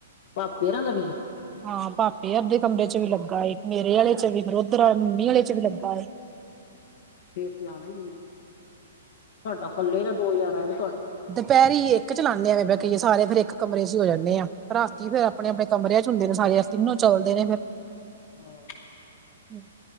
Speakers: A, on the left; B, on the right.
A: ਭਾਪੇ, ਅਰਾਂ ਦਾ ਵੀ-
B: ਹਾਂ, ਭਾਪੇ ਦੇ ਕਮਰੇ ਚ ਵੀ ਲੱਗਾ ਏ, ਮੇਰੇ ਆਲੇ ਚ ਵੀ, ਫਿਰ ਉਧਰ ਮੰਮੀ ਆਲੇ ਚ ਵੀ ਲੱਗਾ
A: ਫੇਰ ਤੇ ਆਉਣਾ ਹੀ ਇਨਾਂ, ਸਾਡਾ ਇਕੱਲੇ ਦਾ ਦੋ ਹਜ਼ਾਰ ਆ ਤੁਹਾਡੇ
B: ਪੈਰੀ ਹੀ ਇੱਕ ਚਲਾਉਂਨੇ ਆ, ਐਵੇ ਪਏ ਕਹੀਏ, ਸਾਰੇ ਫੇਰ ਇੱਕ ਕਮਰੇ ਚ ਹੀ ਹੋ ਜਾਂਨੇ ਆਂ ਰਾਤੀ ਫੇਰ ਆਪਣੇ -ਆਪਣੇ ਕਮਰਿਆਂ ਚ ਹੁੰਦੇ ਨੇ ਸਾਰੇ ਤਿੰਨੋ, ਚੌਲਦੇ ਨੇ ਫਿਰ
A: ਹਾਂ
B: ਹਮ